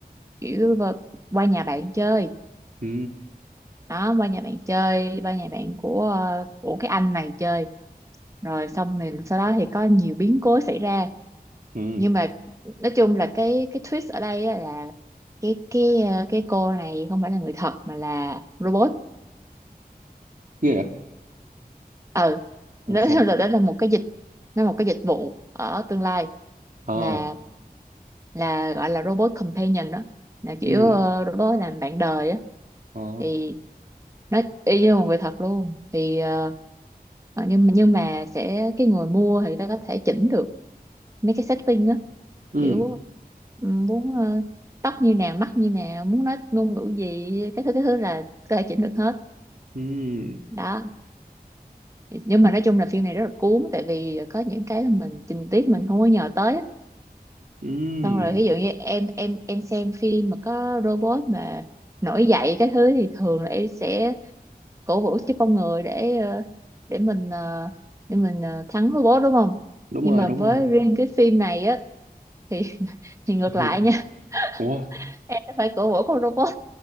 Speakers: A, on the right; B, on the right.
A: kiểu bờ- qua nhà bạn chơi
B: ừ
A: đó qua nhà bạn chơi qua nhà bạn của ờ, của cái anh này chơi rồi xong mình sau đó thì có nhiều biến cố xảy ra
B: ừ
A: nhưng mà nói chung là cái cái twist ở đây á là cái cái ờ, cái cô này không phải là người thật mà là robot
B: ghê à
A: ừ
B: ồ
A: nó
B: sao
A: <laughs> là đó là một cái dịch nó là một cái dịch vụ ở tương lai
B: ờ
A: là là gọi là robot companion đó là kiểu
B: ừ
A: ờ, robot làm bạn đời á
B: ờ
A: thì nó y như một người thật luôn thì ờ, ờ, nhưng nhưng mà sẽ cái người mua thì ta có thể chỉnh được mấy cái setting á
B: ừ
A: kiểu ừm, muốn ờ, tóc như nào mắt như nào muốn nói ngôn ngữ gì cái thứ cái thứ là có thể chỉnh được hết
B: ừ
A: đó nhưng mà nói chung là phim này rất là cuốn tại vì có những cái là mình tình tiết mình không có nhờ tới á.
B: ừ
A: xong rồi ví dụ như em em em xem phim mà có robot mà nổi dậy cái thứ thì thường là em sẽ cổ vũ cho con người để ờ, để mình ờ, để mình ờ, thắng robot đúng không
B: đúng
A: nhưng
B: rồi
A: mà
B: đúng
A: với
B: rồi
A: riêng cái phim này á thì <laughs> thì
B: <laughs>
A: ngược lại nha
B: ủa
A: <laughs> em phải cổ vũ con robot